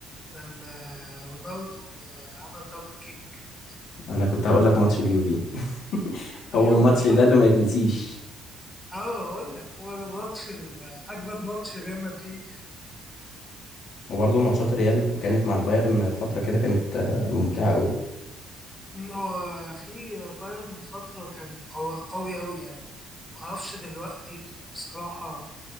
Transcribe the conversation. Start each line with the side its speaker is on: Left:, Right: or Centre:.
Centre: لما رونالدو آه عمل دبل كيك ال-
Left: انا كنت هقول لك ماتش
Centre: ال-
Left: اليوفي <laughs>
Centre: اليوفي
Left: هو الماتش
Centre: صح؟
Left: ده اللي ما يتنسيش
Centre: اه اقول لك هو ده الماتش ال- اجمد ماتش ريال مدريد يعني
Left: وبرضه ماتشات ريال كانت مع البايرن فترة كده كانت آه، ممتعة قوي
Centre: أمم، هو في بايرن فتره كان قوي قوي قوي يعني معرفش دلوقتي بص- بصراحه